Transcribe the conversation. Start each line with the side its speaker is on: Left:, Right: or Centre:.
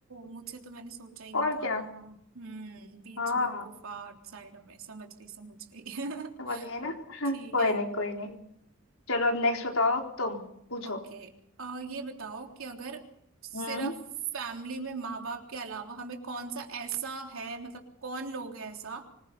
Right: मुझे तो मैंने सोचा ही नहीं
Left: और
Right: था
Left: क्या
Right: हम्म बीच
Left: हाँ
Right: में वो गुफा साइड में समझ गई समझ गई <laughs>
Left: समझ गए ना <laughs> कोई
Right: ठीक है
Left: नहीं कोई नहीं चलो अब नेक्स्ट बताओ तुम पूछो
Right: ओके आ, ये बताओ कि अगर सिर्फ
Left: हम्म
Right: फैमिली में माँ बाप के अलावा हमें कौन सा ऐसा है मतलब कौन लोग है ऐसा